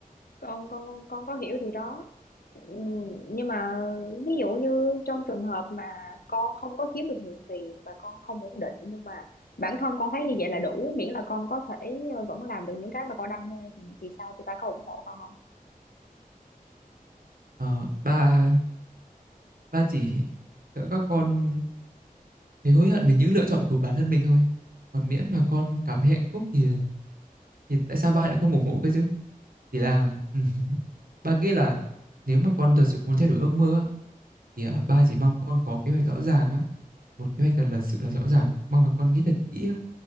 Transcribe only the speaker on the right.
Ờ, ba ba chỉ sợ các con thấy hối hận vì những lựa chọn của bản thân mình thôi. Còn miễn mà con cảm thấy hạnh phúc thì thì tại sao ba lại không ủng hộ cơ chứ? Chỉ là <laughs> ba nghĩ là nếu mà con thật sự muốn thay đổi ước mơ á, thì à, ba chỉ mong con có kế hoạch rõ ràng á, một kế hoạch thật là sự là rõ ràng, mong là con nghĩ thật kỹ á.